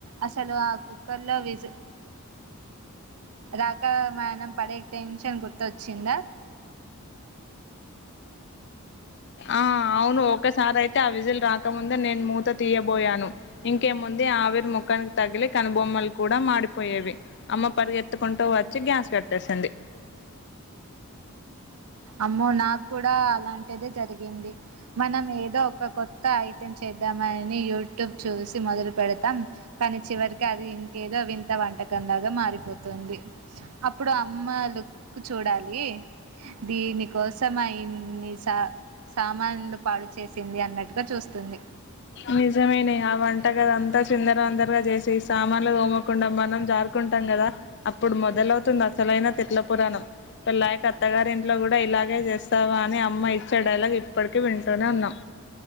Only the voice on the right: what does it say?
అసలు ఆ కుక్కర్లో విజ రాక మణం పడే టెన్షన్ గుర్తొచ్చిందా
అమ్మో నాకు కూడా అలాంటిదే జరిగింది మనం ఏదో ఒక కొత్త ఐటెం చేద్దామని యూట్యూబ్ చూసి మొదలు పెడతాం కానీ చివరికి అది ఇంకేదో వింత వంటకంలాగా మారిపోతుంది అప్పుడు అమ్మ లుక్ చూడాలి దీని కోసం అన్ని సా సామాన్లు పాడు చేేసింది అన్నట్టుగా చూస్తుంది